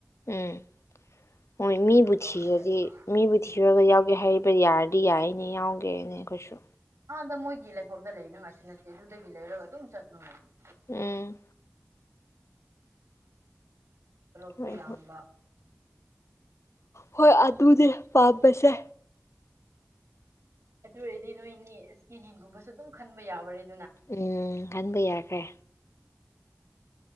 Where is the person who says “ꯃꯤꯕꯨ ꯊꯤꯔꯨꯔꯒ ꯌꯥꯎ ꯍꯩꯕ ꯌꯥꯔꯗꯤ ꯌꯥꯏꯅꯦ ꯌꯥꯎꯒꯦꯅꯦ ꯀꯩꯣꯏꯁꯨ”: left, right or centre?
Left